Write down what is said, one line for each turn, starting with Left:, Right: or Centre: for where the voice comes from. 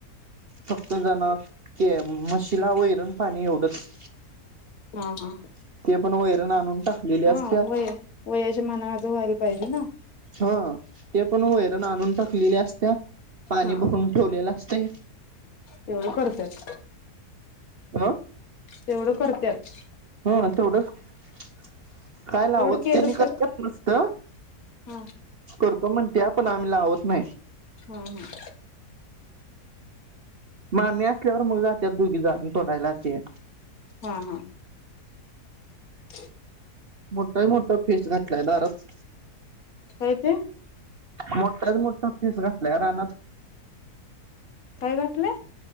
Right: फक्त जनावर, ते म्हशीला वैरण पाणी एवढंच
Left: हा हा
Right: <inaudible> ते पण वैरण आणून टाकलेली
Left: हा
Right: असत्या.
Left: वय वयाच्या मानाने तर व्हायला पाहिजे ना,
Right: हा, ते पण वैरण आणून टाकलेली असत्या. पाणी
Left: हा
Right: भरून ठेवलेलं असतय. <inaudible>
Left: तेवढं करत्यात
Right: अ
Left: तेवढं करत्यात
Right: हा तेवढ. <inaudible> काय लावत
Left: तेवढं केलं
Right: त्यांनी कच
Left: तर
Right: नसत.
Left: हा
Right: करतो म्हण त्या पण आम्हील लावत नाही.
Left: हम् हम्!
Right: मामी असल्यावर मग जाते दोघी जाण तोडायलाते.
Left: हा हा.. <inaudible>
Right: मोठ मोठं पीस घातलाय दारात.
Left: काय ते
Right: मोठाच मोठा पीस घातलंय रानात.
Left: काय घातलय?